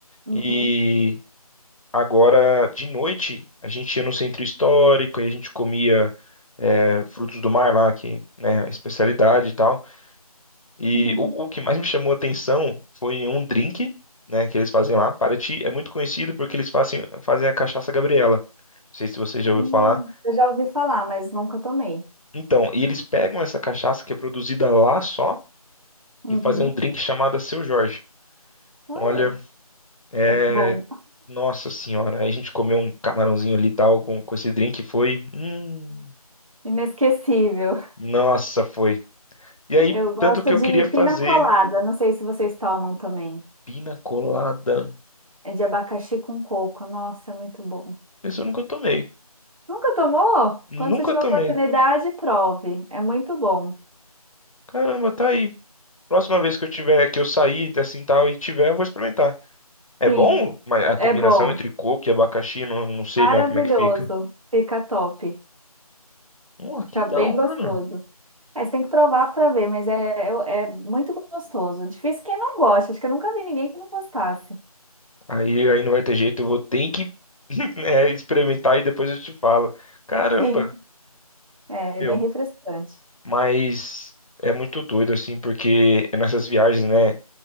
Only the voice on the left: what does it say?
E agora de noite a gente ia no centro histórico e a gente comia é, frutos do mar lá, que, né, a especialidade e tal. E
o, o que mais me chamou a atenção foi um drink, né, que eles fazem lá. Paraty é muito conhecido porque eles fazem, fazem a cachaça Gabriela. Não sei se você já
ouviu falar.
Então, e eles pegam essa cachaça que é produzida lá só
e fazem um drink chamado Seu Jorge.
Olha, é.
Nossa senhora, aí a gente comeu um camarãozinho ali e tal com, com esse drink, foi. Hum,
nossa, foi. E aí,
tanto que eu
queria
fazer
pina colada.
Esse eu nunca tomei.
Nunca
tomei.
Caramba, tá aí. Próxima vez que eu tiver, que eu sair assim tal e tiver, eu vou experimentar. É
bom? Mas a
combinação
entre coco e abacaxi, não, não sei,
né, como é que fica.
Pô, que
da
hora.
Aí, aí não vai ter jeito, eu vou ter que <laughs> é, experimentar e depois eu te falo. Caramba.
Meu,
Mas é muito doido, assim, porque é nessas viagens, né? O